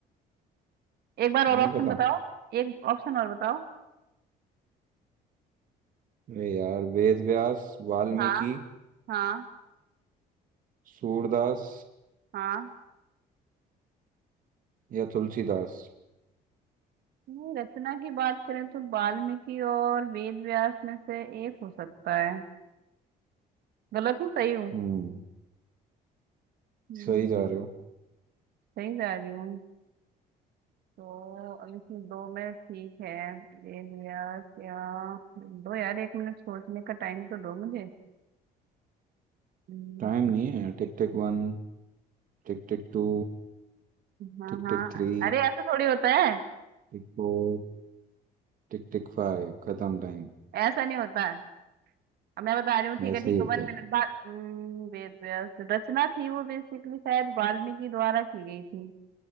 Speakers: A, on the right; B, on the right.
A: एक बार और
B: नहीं
A: ऑप्शन
B: पता
A: बताओ एक ऑप्शन और बताओ
B: अरे यार वेद व्यास वाल्मीकि
A: हाँ हाँ
B: सूरदास
A: हाँ
B: या तुलसीदास
A: नहीं रचना की बात करें तो वाल्मीकि और वेद व्यास में से एक हो सकता है गलत हूँ सही हूँ
B: हम्म
A: हम्म,
B: सही जा रहे हो
A: सही जा रही हूँ तो अब इसमें दो में ठीक है वेद व्यास या दो यार एक मिनट सोचने का टाइम तो दो मुझे हम्म,
B: टाइम
A: ठीक
B: नहीं है Tick tick
A: है
B: one Tick tick two
A: हाँ
B: Tick
A: हाँ
B: tick three
A: अरे ऐसा थोड़ी होता है
B: Tick four Tick tick five खत्म टाइम
A: ऐसा नहीं होता है अब मैं बता रही हूँ ठीक
B: ऐसे
A: है ठीक
B: ही होता
A: है वन
B: है
A: मिनट बाद हम्म, वेद व्यास रचना थी वो बेसिकली शायद वाल्मीकि द्वारा की गई थी